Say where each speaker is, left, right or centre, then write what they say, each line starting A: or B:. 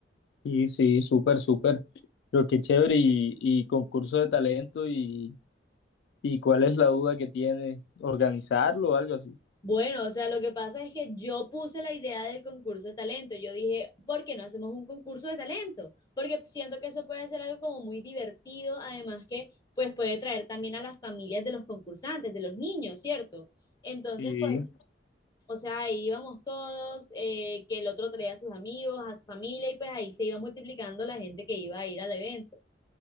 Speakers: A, on the left; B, on the left.
A: Y sí, súper, súper. Pero qué chévere. Y, y concurso de talento. Y, ¿Y cuál es la duda que tienes? ¿Organizarlo o algo así?
B: Bueno, o sea, lo que pasa es que yo puse la idea del concurso de talento. Yo dije, ¿por qué no hacemos un concurso de talento? Porque siento que eso puede ser algo como muy divertido, además que pues puede traer también a las familias de los concursantes, de los niños, ¿cierto? Entonces,
A: Sí.
B: pues, o sea, ahí íbamos todos, eh, que el otro traía a sus amigos, a su familia, y pues ahí se iba multiplicando la gente que iba a ir al evento.